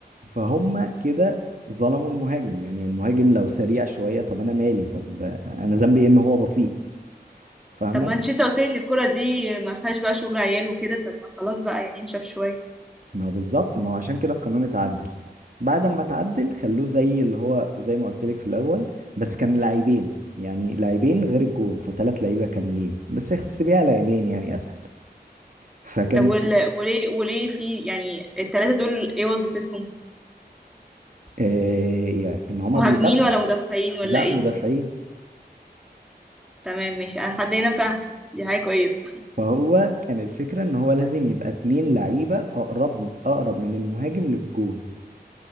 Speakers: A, on the right (about 55°); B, in the centre.
A: فهم كده ظلموا المهاجم يعني المهاجم لو سريع شوية طب أنا مالي طب أنا ذنبي إيه إن هو بطيء فاهمة
B: طب ما انتش انت قلت لي ان الكوره دي ما فيهاش بقى شغل عيال وكده طب ما خلاص بقى يعني انشف شويه
A: ما هو بالظبط ما هو عشان كده القانون اتعدل بعد ما اتعدل خلوه زي اللي هو زي ما قلت لك في الاول بس كان لاعبين يعني لاعبين غير الجون فثلاث لعيبه كاملين بس احسبيها لاعبين يعني اسهل فكان
B: طب وال...
A: في
B: وليه وليه في يعني الثلاثه دول ايه وظيفتهم
A: آه يعني ان هما
B: مهاجمين
A: بيدافعوا
B: ولا مدافعين ولا
A: لا
B: ايه
A: مدافعين
B: تمام ماشي انا حد هنا فاهم دي حاجه كويسه
A: فهو كان الفكره ان هو لازم يبقى اتنين لعيبه اقرب اقرب من المهاجم للجون